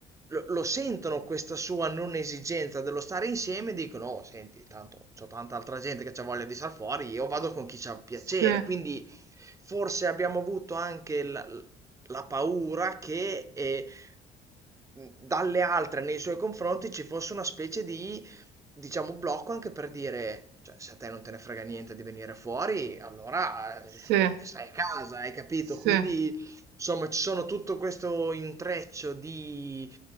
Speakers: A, on the right; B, on the right.
A: lo, lo sentono questa sua non esigenza dello stare insieme e dicono, oh, senti, tanto c'ho tanta altra gente che c'ha voglia di star fuori, io vado con chi c'ha piacere.
B: sì,
A: Quindi forse abbiamo avuto anche la, la paura che eh, mh, dalle altre nei suoi confronti ci fosse una specie di, diciamo, blocco anche per dire, cioè, se a te non te ne frega niente di venire fuori, allora eh,
B: sì,
A: stai a casa, hai capito?
B: sì,
A: Quindi, insomma, ci sono tutto questo intreccio di